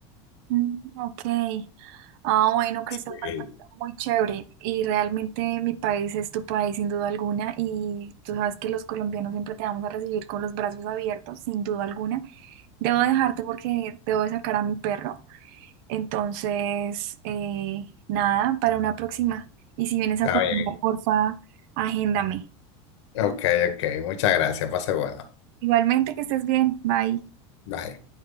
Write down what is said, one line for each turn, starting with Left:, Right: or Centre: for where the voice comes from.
Right: Mm, ok. Ah, bueno, Christopher,
Left: Sí,
Right: pues, muy chévere. Y realmente mi país es tu país, sin duda alguna. Y tú sabes que los colombianos siempre te vamos a recibir con los brazos abiertos, sin duda alguna. Debo dejarte porque debo de sacar a mi perro. Entonces, eh, nada, para una próxima. Y si vienes a
Left: está
Right: Colombia,
Left: bien.
Right: porfa, agéndame.
Left: Ok, ok. Muchas gracias. Pase bueno.
Right: Igualmente, que estés bien. Bye.
Left: Bye.